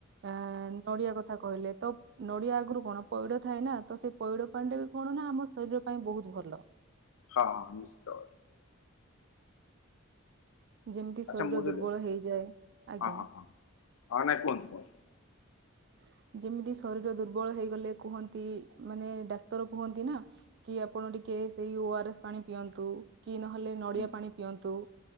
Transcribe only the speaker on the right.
ଆ, ନଡିଆ କଥା କହିଲେ ତ ନଡିଆ ଆଗରୁ କଣ ପଇଡ ଥାଏ ନା। ତ ସେ ପଇଡ଼ ପାଣିଟା ବି କଣ ନା ଆମ ଶରୀର ପାଇଁ ବହୁତ ଭଲ?
ଯେମିତି
ଶରୀର
ଦୁର୍ବଳ ହେଇଯାଏ। ଆଜ୍ଞା
ହଁ <unintelligible> ଯେମିତି ଶରୀର ଦୁର୍ବଳ ହେଇଗଲେ କୁହନ୍ତି, ମାନେ ଡାକ୍ତର କୁହନ୍ତି ନା କି ଆପଣ ଟିକେ କେ ସେଇ ଓ ଆର୍ ଏସ୍ ପାଣି ପିଅନ୍ତୁ। କି ନହେଲେ ନଡ଼ିଆ
ପାଣି ପିଅନ୍ତୁ।